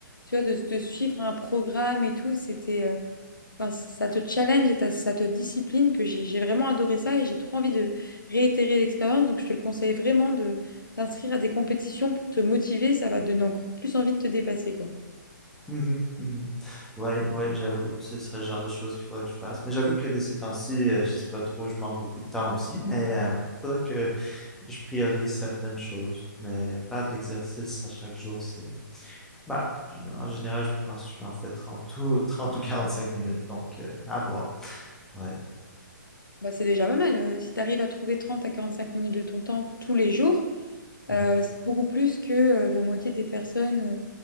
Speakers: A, on the left (about 80°); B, in the centre.
A: Tu vois, de, de suivre un programme et tout. C'était. euh, ben, ça te challenge et ta- ça te discipline, que j'ai j'ai vraiment adoré ça et j'ai trop envie de réitérer l'expérience. Donc, je te le conseille vraiment de t'inscrire à des compétitions pour te motiver. Ça va te donner encore plus envie de te dépasser, quoi.
B: Mhm, mhm. Ouais, ouais, j'avoue, ce serait le genre de choses qu'il faudrait que je fasse. Mais j'avoue que de ces temps-ci, euh, je sais pas trop, je manque beaucoup de temps aussi, mais euh, il faudrait que je priorise certaines choses. Mais faire de l'exercice à chaque jour, c'est... Bah, j- en général, je pense que j'en fais 30 ou, <laughs> 30 ou 45 minutes, donc euh, à voir. Ouais,
A: Bah, c'est déjà pas mal. euh, si tu arrives à trouver 30 à 45 minutes de ton temps tous les jours,
B: ouais.
A: euh, c'est beaucoup plus que euh, la moitié des personnes. euh,